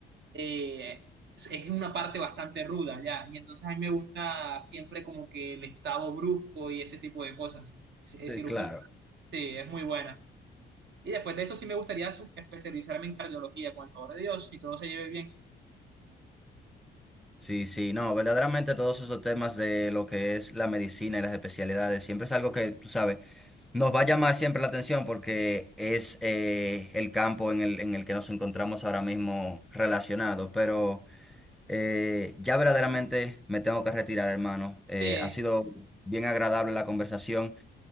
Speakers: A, on the right; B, in the centre.
A: eh, es una parte bastante ruda, ya, y entonces a mí me gusta siempre como que el estado brusco y ese tipo de cosas, C- eh,
B: sí,
A: cirugía,
B: claro.
A: sí, es muy buena. Y después de eso sí me gustaría sub- especializarme en cardiología, con el favor de Dios, si todo se lleve bien.
B: Sí, sí, no, verdaderamente todos esos temas de lo que es la medicina y las especialidades siempre es algo que, tú sabes, nos va a llamar siempre la atención porque es eh, el campo en el, en el que nos encontramos ahora mismo relacionados. Pero eh, ya verdaderamente me tengo que retirar, hermano. Eh,
A: Sí,
B: ha sido bien agradable la conversación.